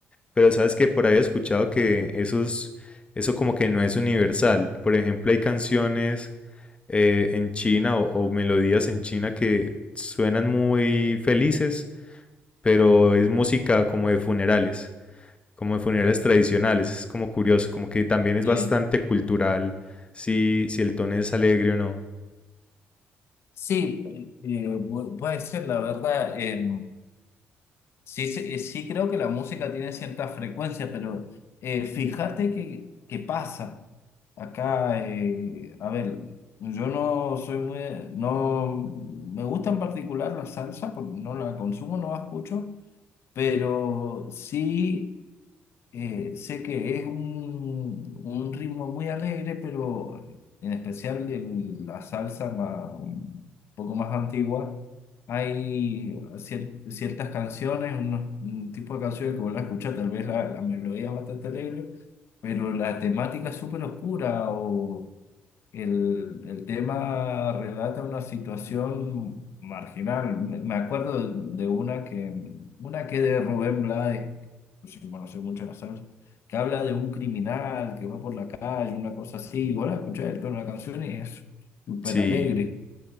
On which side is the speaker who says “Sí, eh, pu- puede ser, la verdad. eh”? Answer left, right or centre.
Left